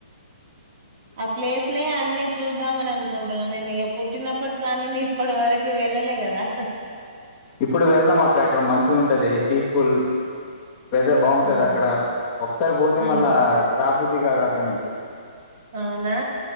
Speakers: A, on the right (about 30°); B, on the left (about 20°).
A: ఆ ప్లేస్లే అన్ని చూద్దామని అనుకుంటున్నా నేను ఇగ పుట్టినప్పట్ కానుండి ఇప్పటి వరక్ వెళ్ళలే కదాహా
B: ఇప్పుడు వెళ్దాం అక్క అక్కడ మంచిగుంటది పీస్ఫూల్ వెదర్ బాగుంటది
A: ఉమ్
B: అక్కడ ఒకసారి పోతే
A: ఉమ్,
B: మళ్ళా రాబుద్ది కాదు అ కన్నుంచి
A: అవ్నా